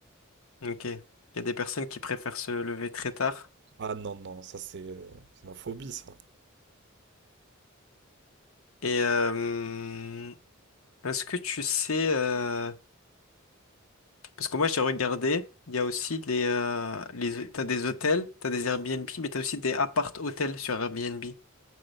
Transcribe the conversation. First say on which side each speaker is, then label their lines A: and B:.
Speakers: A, on the left; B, on the right.
A: Ok. Il y a des personnes qui préfèrent se lever très tard.
B: Ah non, non, ça c'est euh, c'est ma phobie, ça.
A: Et euh, hum, est-ce que tu sais... euh, Parce que moi, j'ai regardé, il y a aussi les... euh, les... T'as des hôtels, t'as des Airbnb, mais t'as aussi des appart-hôtels sur Airbnb.